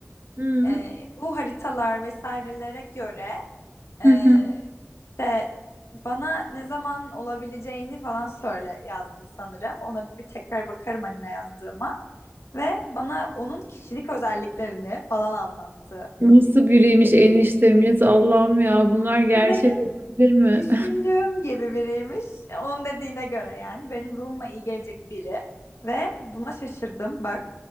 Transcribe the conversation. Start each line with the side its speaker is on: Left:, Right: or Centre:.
Right: Hı.
Left: E, bu haritalar vesairelere göre e,
Right: Hı hı.
Left: işte bana ne zaman olabileceğini falan söyle yazdım sanırım. Ona bir tekrar bakarım hani ne yazdığıma. Ve bana onun kişilik özelliklerini falan anlattı.
Right: Nasıl biriymiş eniştemiz? Allah'ım ya bunlar
Left: İşte
Right: gerçek
Left: benim
Right: olabilir mi?
Left: düşündüğüm gibi biriymiş. Onun dediğine göre yani benim ruhuma iyi gelecek biri. Ve buna şaşırdım. Bak